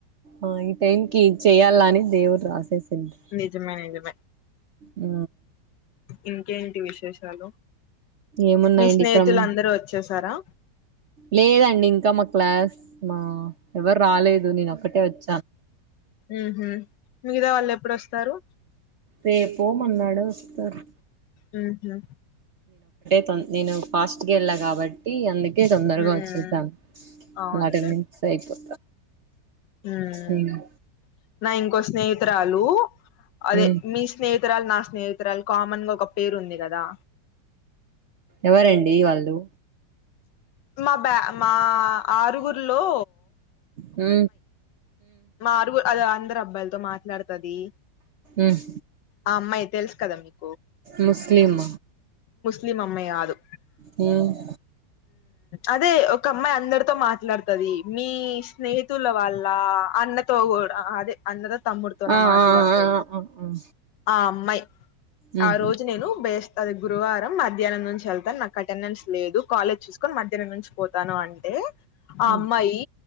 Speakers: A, on the right; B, on the left.
A: ఆ ఈ టైం కి ఇది చెయ్యాలని దేవుడు రాసేసిండు
B: నిజమే నిజమే
A: ఆ
B: ఇంకేంటి విశేషాలు
A: ఏమున్నాయండి
B: మీ స్నేహితులు
A: ఇక్కడమ్
B: అందరూ వచ్చేసారా
A: లేదండి ఇంకా ఇంకా మా క్లాస్ మా ఎవరు రాలేదు నేను ఒక్కటే వచ్చ
B: ఆహ మిగతా వాళ్ళు ఎప్పుడుస్తారు
A: రేపో మరున్నాడో వస్తరు
B: ఆహ
A: తొ నేను ఫాస్ట్ గెల్ల కాబట్టి అందుక తొందరగా
B: మ్మ్
A: వచ్చేసాను
B: అవునులే
A: వార్డెన్ నుంచి సైకో
B: ఉమ్
A: అ
B: నా ఇంకో స్నేహితురాలు అదే
A: ఉమ్
B: మీ స్నేహి తురాలు నా స్నేహితురాలు కామన్ గా ఒక పేరు ఉంది కదా
A: ఎవరండి వాళ్ళు
B: మా బ్యా మా ఆరుగురిలో
A: ఆ
B: మారుగురు అది అందరు అబ్బాయిలతో మాట్లాడుతది
A: ఉమ్
B: ఆ అమ్మాయి తెలుసు కదా మీకు
A: ముస్లిమ్
B: ఇది మమ్మీ కాదు
A: మ్మ్
B: అదే ఒక అమ్మాయి అందరితో మాట్లాడుతది మీ స్నేహితుల వాళ్ల అన్నతో కూడా అదే అన్నతో తమ్ముడితోన
A: ఆ
B: మాట్లాడుతది
A: ఆ ఆ ఆ ఆ
B: ఆ అమ్మాయి
A: ఉమ్
B: ఆ రోజు నేను బేస్తది గురువారం మద్ మధ్యాహ్నం నుంచి వెళ్తాను నాకు అటెండెన్స్ లేదు కాలేజ్ చూసుకొని మధ్యాహ్నం నుంచి పోతాను అంటే ఆ
A: ఉమ్
B: అమ్మాయి